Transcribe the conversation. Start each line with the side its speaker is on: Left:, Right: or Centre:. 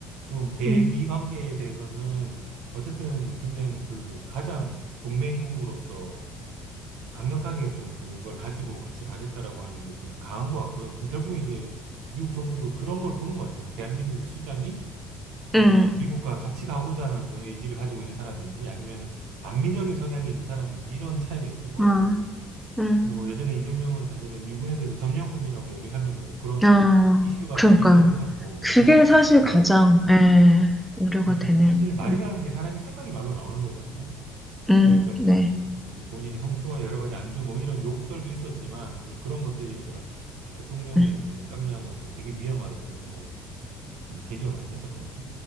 Right: 좀 대미
Centre: 음,
Right: 관계에 대해서는 어쨌든 굉장히 그 가장 동맹국으로서 강력하게 어떤 그걸 가지고 같이 가겠다라고 하는 게 좀 강한 것 같고요. 그럼 결국에 이제 미국 정부도 그런 걸 보는 것 같아요. 아, 대한민국의 수장이 어떤
Centre: 음,
Right: 미국과 같이 가고자 하는 어떤 의지를 가지고 있는 사람인지 아니면 반미적인 성향이 있는 사람인지 이런 차이가 있을 것
Centre: 아,
Right: 같고
Centre: 음,
Right: 근데 뭐 예전에 이재명은 사실은 미군에 대해서 점령군이라고 얘기를 하면서 뭐 그런
Centre: 아.
Right: 이슈가
Centre: 그러니까.
Right: 많이 있었기도 하고,
Centre: 그게
Right: 왜냐면,
Centre: 사실
Right: <clears throat> 네.
Centre: 가장, 예, 우려가
Right: 왜냐면
Centre: 되네요.
Right: 사실 말이라는
Centre: 음,
Right: 게 사람이 생각이 말로 나오는 거잖아요.
Centre: 음,
Right: 그러니까 뭐
Centre: 네.
Right: 사실 본인의 형수와 여러 가지 안주 뭐 이런 욕설도 있었지만 사실 그런 것들이 제가 아, 대통령의
Centre: 음.
Right: 어떤 깜냥으로서 되게 위험하다 이런 생각을 좀 저는 개인적으로 많이 했었거든요.